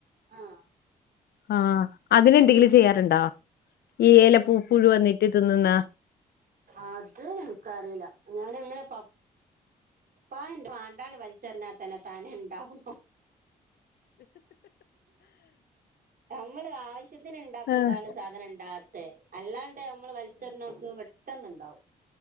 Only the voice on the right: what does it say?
ആഹ്
അത നക്ക്റില ഞാനങ്ങനെ പ പ്പയെന്റെ വാണ്ടാണ്ട് വലിച്ചെറിഞ്ഞാ തന്നെ താനെ ണ്ടാവു നമ്മള് ആവശ്യത്തിന് ണ്ടാക്കുമ്പാണ്
സാധനം ണ്ടാകാത്തെ അല്ലാണ്ട് ണ്ട് നമ്മള് വലിച്ചെറിഞ്ഞോക്ക് പെട്ടെന്നിണ്ടാവും